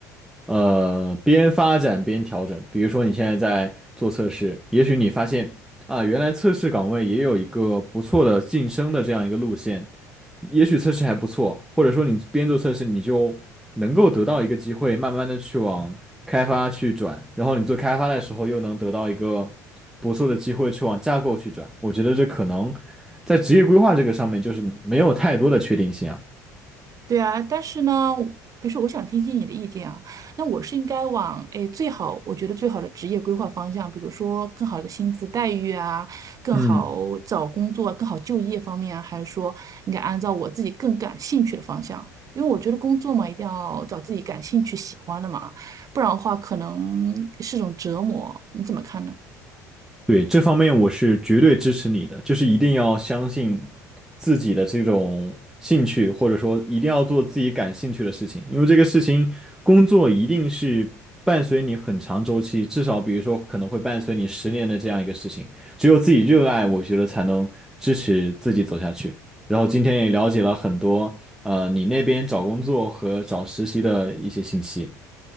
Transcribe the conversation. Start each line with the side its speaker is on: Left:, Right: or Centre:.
Centre: 呃，边发展边调整。比如说，你现在在做测试，也许你发现啊，原来测试岗位也有一个不错的晋升的这样一个路线，也许测试还不错，或者说你边做测试，你就能够得到一个机会，慢慢的去往开发去转，然后你做开发的时候又能得到一个不错的机会去往架构去转。我觉得这可能在职业规划这个上面就是没有太多的确定性啊。
Right: 对啊，但是呢，比如说我想听听你的意见啊，那我是应该往诶最好，我觉得最好的职业规划方向，比如说更好的薪资待遇啊，更好找工作啊，
Centre: 嗯。
Right: 更好就业方面啊，还是说应该按照我自己更感兴趣的方向？因为我觉得工作嘛，一定要找自己感兴趣、喜欢的嘛，不然的话可能是种折磨。你怎么看呢？
Centre: 对，这方面我是绝对支持你的，就是一定要相信自己的这种兴趣，或者说一定要做自己感兴趣的事情，因为这个事情工作一定是伴随你很长周期，至少比如说可能会伴随你十年的这样一个事情，只有自己热爱，我觉得才能支持自己走下去。然后今天也了解了很多，呃，你那边找工作和找实习的一些信息。